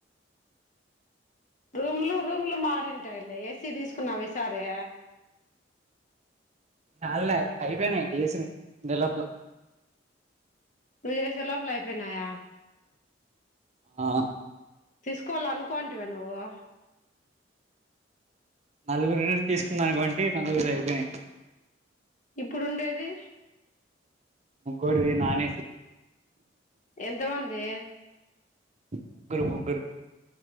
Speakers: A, on the left (about 40°); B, on the right (about 40°).
A: రూమ్లు రూమ్లు మారుంటాయిలే ఏసీ దీసుకున్నావ్ ఈసారే
B: చాలై అయిపోయినాయి ఏసిలు డెలప్ లో
A: నువ్వు జెషే లోపుల అయిపోయినాయ
B: ఆ
A: తీసుకోవాల్ అనుకోంటివే నువో
B: నలుగురు ఉన్నారు తీసుకుందానుకోంటడి నలుగురు అయిపోయి
A: ఇప్పుడు ఉండేది
B: ముగోడిది నాన్ ఏసీ
A: ఎంతమందే
B: ముగ్గురు ముగ్గురు